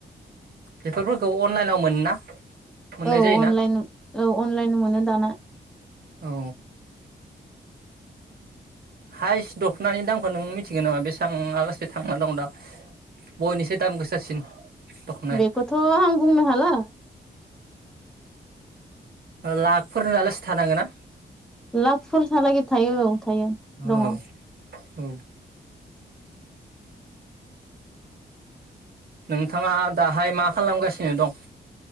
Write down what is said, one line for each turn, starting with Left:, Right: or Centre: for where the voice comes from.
Right: बेफोरफोरखौ अनलाइनाव मोनोना। मोननाय
Centre: औ
Right: जायोना
Centre: अनलाइन औ अनलाइन मोनो दाना।
Right: औ हायस्ट दख'नानि दामखौ नों मिथिगोन नामा बेसेबां आलासे थांना दं दा बयनिफ्राय दाम गोसासिन। दख'नाया
Centre: बेखौथ' आं बुंनो हाला।
Right: लाखफोर लासे थानो हागौना।
Centre: लाक फोरहा लागे थायो औ। थायो
Right: औ
Centre: दङ।
Right: औ। नोंथाङा दाहाय मा खालामगासिनो दं?